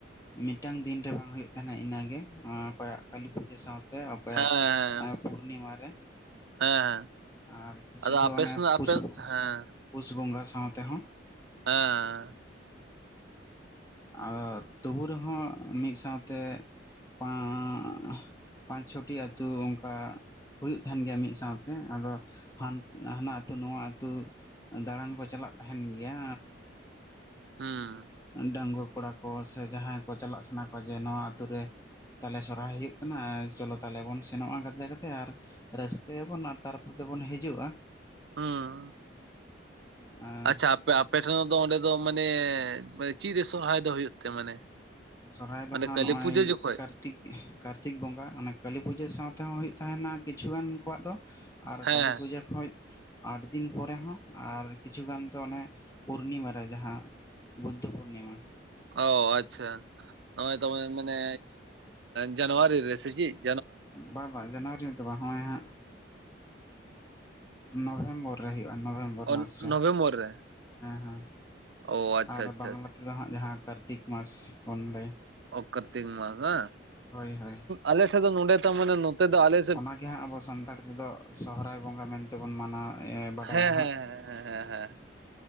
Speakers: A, on the left; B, on the right.
A: ᱢᱤᱫᱴᱟᱝ ᱫᱤᱱ ᱨᱮ ᱵᱟᱝ ᱦᱩᱭᱩᱜᱳ ᱛᱟᱸᱦᱮᱱᱟ ᱤᱱᱟᱹᱜᱮ, ᱚᱠᱚᱭᱟᱜ ᱠᱟᱹᱞᱤ ᱯᱩᱡᱟᱹ ᱥᱟᱶᱛᱮ ᱚᱠᱚᱭᱟᱜ
B: ᱦᱮᱸ ᱦᱮᱸ
A: ᱯᱩᱨᱱᱤᱢᱟ ᱨᱮ᱾
B: ᱦᱮᱸ ᱦᱮᱸ,
A: ᱟᱨ ᱠᱤᱪᱷᱩ
B: ᱟᱫᱚ
A: ᱫᱚ
B: ᱟᱯᱮ
A: ᱚᱱᱮ
B: ᱥᱮᱱᱟᱜ
A: ᱯᱩᱥ
B: ᱟᱯᱮ ᱦᱮᱸ
A: ᱯᱩᱥ ᱵᱚᱸᱜᱟ ᱥᱟᱶ ᱛᱮᱦᱚᱸ᱾
B: ᱦᱮᱸᱻ
A: ᱟᱨ ᱛᱚᱵᱩ ᱨᱮᱦᱚᱸ ᱢᱤᱫ ᱥᱟᱶᱛᱮ <unintelligible> ᱯᱟᱸᱪ ᱪᱷᱚᱴᱤ ᱟᱛᱩ ᱚᱱᱠᱟ ᱦᱩᱭᱩᱜ ᱛᱟᱦᱮᱱ ᱜᱮᱭᱟ ᱢᱤᱫ ᱥᱟᱶᱛᱮ ᱟᱫᱚ ᱦᱟᱱ ᱦᱟᱱᱟ ᱟᱹᱛᱩ, ᱱᱚᱣᱟ ᱟᱹᱛᱩ ᱫᱟᱬᱟᱱ ᱠᱚ ᱪᱟᱞᱟᱜ ᱛᱟᱸᱦᱮᱱ ᱜᱮᱭᱟ᱾
B: ᱦᱩᱸ
A: ᱰᱟᱺᱜᱽᱣᱟᱹ ᱠᱚᱲᱟ ᱠᱚ ᱥᱮ ᱡᱟᱦᱟᱸᱭ ᱠᱚ ᱪᱟᱞᱟᱜ ᱥᱟᱱᱟ ᱠᱚᱣᱟ ᱡᱮ ᱱᱚᱣᱟ ᱟᱹᱛ ᱨᱮ᱾ ᱛᱟᱞᱦᱮ ᱥᱚᱨᱦᱟᱭ ᱦᱩᱭᱩᱜ ᱠᱟᱱᱟ ᱪᱚᱞᱚ ᱛᱟᱞᱦᱮ ᱵᱚᱱ ᱥᱮᱱᱚᱜ-ᱟ ᱜᱟᱛᱮ ᱜᱟᱛᱮ ᱟᱨ ᱨᱟᱹᱥᱠᱟᱹᱭᱟᱵᱚᱱ ᱟᱨ ᱛᱟᱨᱯᱚᱛᱮᱵᱚᱱ ᱦᱤᱡᱩᱜ-ᱟ᱾
B: ᱦᱩᱸ
A: ᱟᱨ
B: ᱟᱪᱪᱷᱟ᱾ ᱟᱯᱮ, ᱟᱯᱮ ᱴᱷᱮᱱ ᱫᱚ ᱚᱸᱰᱮ ᱫᱚ ᱢᱟᱱᱮ ᱪᱮᱫ ᱨᱮ ᱥᱚᱨᱦᱟᱹᱭ ᱫᱚ ᱦᱩᱭᱩᱜ ᱛᱮ ᱢᱟᱱᱮ?
A: ᱥᱚᱨᱚᱦᱟᱹᱭ ᱫᱚ
B: ᱢᱟᱱᱮ
A: ᱦᱟᱸᱜ
B: ᱠᱟᱹᱞᱤ
A: ᱱᱚᱜᱼᱚᱭ
B: ᱯᱩᱡᱟᱹ ᱡᱚᱠᱷᱚᱡ
A: ᱠᱟᱨᱛᱤᱠ ᱠᱟᱨᱛᱤᱠ ᱵᱚᱸᱜᱟ ᱚᱱᱟ ᱠᱟᱹᱞᱤ ᱯᱩᱡᱟᱹ ᱥᱟᱶᱛᱮᱦᱚᱸ ᱦᱩᱭᱩᱜ ᱛᱟᱦᱮᱱᱟ᱾ ᱠᱤᱪᱷᱩ ᱜᱟᱱ ᱠᱚᱣᱟᱜ ᱫᱚ ᱟᱨ
B: ᱦᱮᱸ
A: ᱠᱟᱹᱞᱤ ᱯᱩᱡᱟᱹ ᱠᱷᱚᱡᱼᱼ ᱟᱴ ᱫᱤᱱ ᱯᱚᱨᱮ ᱦᱚᱸ ᱟᱨ ᱠᱤᱪᱷᱩ ᱜᱟᱱ ᱫᱚ ᱚᱱᱮ ᱯᱩᱨᱱᱤᱢᱟ ᱨᱮ ᱡᱟᱦᱟᱸ ᱵᱩᱫᱽᱫᱷ ᱯᱩᱨᱱᱤᱢᱟ᱾
B: ᱚ ᱟᱪᱪᱷᱟ ᱱᱚᱜᱼᱚᱭ ᱛᱚᱢᱮ ᱢᱟᱱᱮ ᱡᱟᱱᱩᱣᱟᱨᱤ ᱨᱮ ᱥᱮ ᱪᱤᱫ?
A: ᱵᱟ ᱵᱟ ᱡᱟᱱᱣᱟᱨᱤᱼᱼ ᱦᱚᱸᱜᱼᱚᱭ ᱦᱟᱸᱜ ᱱᱚᱵᱷᱮᱢᱵᱚᱨ ᱨᱮ ᱦᱩᱭᱩᱜᱼᱟ ᱱᱚᱵᱷᱮᱢᱵᱚᱨᱼᱼ
B: ᱚ
A: ᱦᱮ
B: ᱱᱚᱵᱷᱮᱢᱵᱚᱨ ᱨᱮ
A: ᱦᱮ
B: ᱚ ᱟᱪᱪᱷᱟ
A: ᱟᱨ
B: ᱟᱪᱪᱷᱟ
A: ᱵᱟᱝᱞᱟ
B: ᱟᱪᱪᱷᱟ
A: ᱛᱮ ᱫᱚᱼᱼ ᱛᱮᱫᱚ ᱦᱟᱸᱜ ᱡᱟᱦᱟᱸ ᱠᱟᱨᱛᱤᱠ ᱢᱟᱥ ᱵᱚᱱ ᱞᱟᱹᱭᱼᱼ
B: ᱡᱟᱨᱛᱤᱠ ᱢᱟᱥ ᱵᱟᱝ
A: ᱦᱳᱭ ᱦᱳᱭ
B: ᱟᱞᱮ ᱴᱷᱮᱱ ᱫᱚ ᱱᱚᱰᱮ ᱛᱚ ᱢᱟᱱᱮ ᱱᱚᱛᱮ ᱫᱚ ᱟᱞᱮᱼᱼ
A: ᱚᱱᱟᱜᱮ ᱦᱟᱸᱜ ᱟᱵᱚ ᱥᱟᱱᱛᱟᱲ ᱛᱮᱫᱚ ᱥᱚᱦᱨᱟᱭ ᱵᱚᱸᱜᱟ ᱢᱮᱱᱛᱮᱵᱚᱱ ᱢᱟᱱᱟᱣ ᱵᱟᱰᱟᱭᱟ
B: ᱦᱮᱸ
A: ᱦᱟᱸᱜ᱾
B: ᱦᱮᱸ ᱦᱮᱸ ᱦᱮᱸ ᱦᱮᱸ